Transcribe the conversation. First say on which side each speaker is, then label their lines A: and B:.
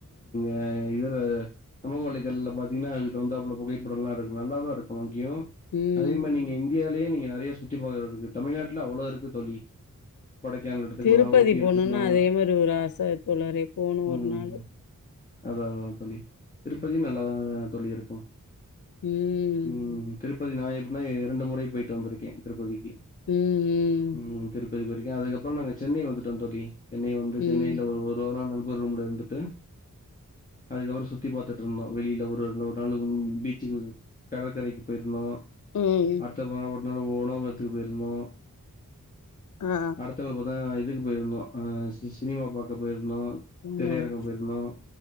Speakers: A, on the left; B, on the left.
A: ஆ இதுல சமூக வலைதளல பாத்தீங்கன்னா அதுக்கு தகுந்தாபுல புகைப்படம்லாம் இருக்கும் நல்லாதா இருக்கும் அங்கியும்
B: ம்.
A: அதே மாரி நீங்க இந்தியா லே நீங்க நறைய சுத்திப் பாகங்களுக்கு இருக்கு தமிழ்நாட்ல அவ்ளோ இருக்கு தோழி கொடைக்கானல் எடுத்துக்கலா
B: திருப்பதி
A: ஊட்டி எடுத்துக்கலா
B: போணுன்னு அதே மாரி ஒரு ஆசத்தோழரே போணும் ஒரு
A: ம்
B: நாளு
A: அதா அதா தோழி திருப்பதியும் நல்லாதா தோழி இருக்கும்
B: ம்.
A: உம் திருப் திருப்பதி நா எப்டினா இரண்டு முறை போயிட்டு வந்துருக்கேன் திருப்பதிக்கு
B: ம்,
A: உம் போயிருக்கே அதுக்கப்புறம் நாங்க சென்னை வந்துட்டோம் தோழி சென்னை வந்து
B: ம், ம்.
A: சென்னையில ஒரு ஒரு வாரம் நண்பர் ரூம்ல இருந்துட்டு அதுக்கப்புறம் சுத்தி பாத்துட்டு இருந்தோம் வெளியில ஒரு நாலு பீச்சுக்கு கடற்கரைக்கு போயிருந்தோம்
B: ம்.
A: அடுத்த பவ இன்னு உணவகத்துக்கு போயிருந்தோம்
B: ஆ.
A: அடுத்த நாள் பாத்தா இதுக்கு போயிருந்தோம் ஆ சி சினிமா பாக்க போயிருந் ருந்தோம்
B: ம்.
A: திரையரங்கம் போயிருந்தோம்